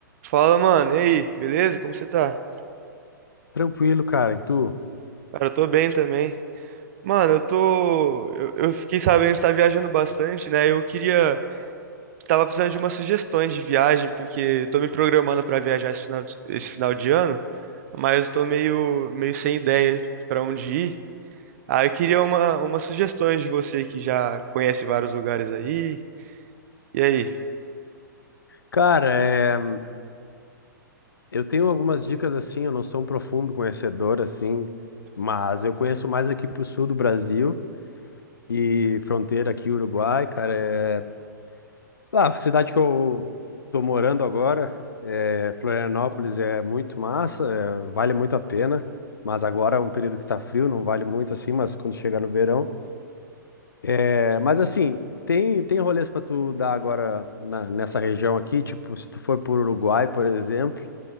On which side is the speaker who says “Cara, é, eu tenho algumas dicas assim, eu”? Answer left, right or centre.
Left